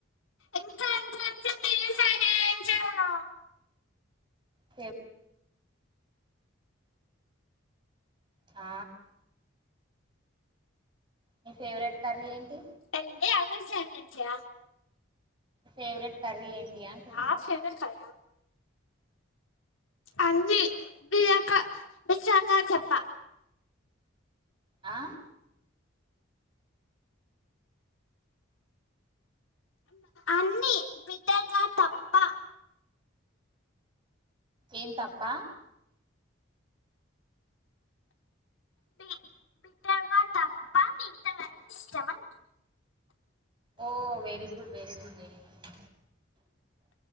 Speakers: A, on the left; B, on the right.
A: ఇంకా ఇంకా <unintelligible> ఎం చేయాలో
B: చే ఆ మీ ఫేవరెట్ కర్రీ ఏంటి
A: ఏందీ ఏమైజాన్ నుంచా
B: ఫేవరెట్ కర్రీ ఏంటి అంటున్నా
A: నా సరే కదా అంది బిరకయ్ నిజముగా చెప్ప
B: ఆ
A: అన్ని బిడగా తప్ప
B: ఎం తప్ప
A: బి- <unintelligible> తప్ప మిగతవన్ని ఇష్టమన్
B: ఓ very good very good very good